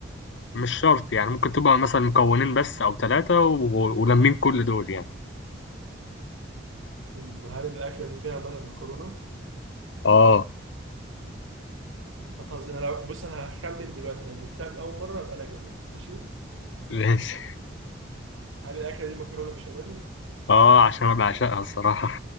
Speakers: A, on the left (about 65°); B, on the right (about 85°).
A: مش شرط يعني ممكن تبقى مثلا مكونين بس او ثلاثه و... ولمين كل دول يعني
B: مم، هل الأكلة دي فيها مثلا مكرونة؟
A: اه <laughs>
B: ما تهزر انا لو- بص انا هخمن دلوقتي لو جبتها من اول مره يبقى انا جامد ماشي
A: ماشي
B: هل الاكله دي مكرونه بشاميل
A: اه عشان انا بعشقها الصراحه